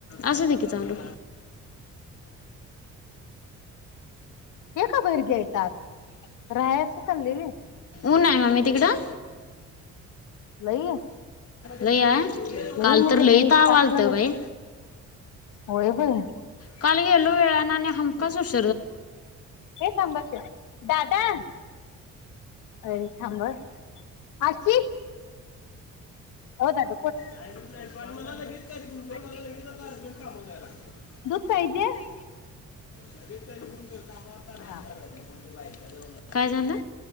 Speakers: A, on the left; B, on the left.
A: असू दे की चालू.
B: ए का भैरग्याय चात राहायास तु चांल्ली व्हयं.
A: ऊन आहे मम्मी तिकडं
B: लई
A: लई आय, काल
B: म्हणजे
A: तर लई तावालतं
B: सातला लग
A: बाई.
B: होय बं
A: काल गेलो वेळानं आणि हमखास उस्
B: ए थांबा की, दादा ए थांब आ आशी ओ दाद
A: नाही, नाही पण मला लगेच का गु मला लगेच अर्जन्ट कामाला जायला लागतय
B: दूध पाहिजे
A: <unintelligible> <unintelligible>
B: हा
A: काय झालं?